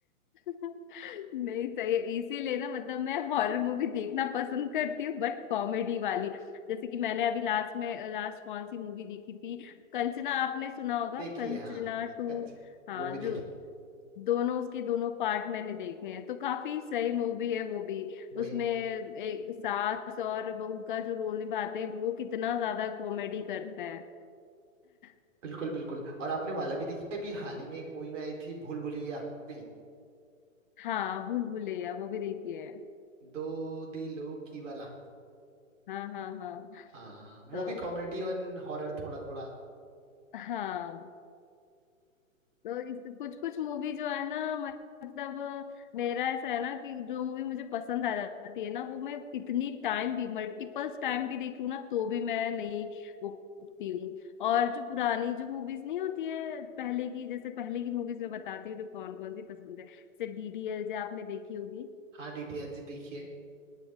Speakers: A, on the left; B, on the right.
A: नहीं सही है इसीलिए ना मतलब मैं हॉरर मूवी देखना पसंद करती हूँ बट कॉमेडी वाली जैसे कि मैंने अभी लास्ट में लास्ट कौन सी मूवी देखी थी कंचना आपने सुना होगा
B: देखिए
A: कंचना
B: हाँ
A: टू
B: कंच
A: हाँ
B: वो भी देखी
A: जो दोनों उसके दोनों पार्ट मैंने देखे हैं तो काफी सही मूवी है वो भी
B: वही
A: उसमें एक सास और बहू का जो रोल निभाते हैं वो कितना ज्यादा कॉमेडी करता है <laughs>
B: बिल्कुल बिल्कुल और आपने वाला भी देखी है? अभी हाल ही में एक मूवी में आई थी भूल भुलैया नहीं,
A: हाँ भूल भुलैया वो भी देखी है
B: दो दिलों की वाला
A: हाँ हाँ हाँ
B: हाँ वो
A: तो
B: भी कॉमेडी और हॉरर थोड़ा थोड़ा
A: हाँ तो इस कुछ कुछ मूवी जो है ना मतलब मेरा ऐसा है ना कि जो मूवी मुझे पसंद आ जाती है ना वो मैं कितनी टाइम भी मल्टीपल्स टाइम भी देख लूँ ना तो भी मैं नहीं वो उठती हूँ और जो पुरानी जो मूवीज नहीं होती है पहले की जैसे पहले की मूवीज में बताती हूँ जो कौन कौन सी पसंद है जैसे डीडीएलजे आपने देखी होगी
B: हाँ डीडीएलजे देखिए